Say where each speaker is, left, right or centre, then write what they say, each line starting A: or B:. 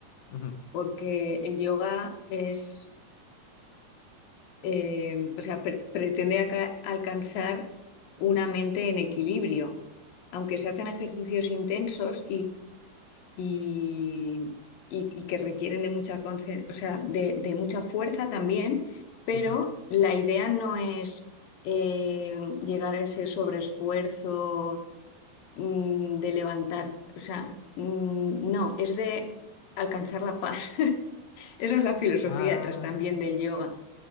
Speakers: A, on the left; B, on the left.
A: Ujú,
B: porque el yoga es, eh, o sea, pre- pretende aca- alcanzar una mente en equilibrio. Aunque se hacen ejercicios intensos y, y- y que requieren de mucha concen- o sea, de, de mucha fuerza también, pero
A: ujú.
B: la idea no es eh, llegar a ese sobreesfuerzo mm, de levantar, o sea, mm, no, es de alcanzar la paz. <laughs> Esa es la filosofía
A: Ah,
B: detrás también del yoga.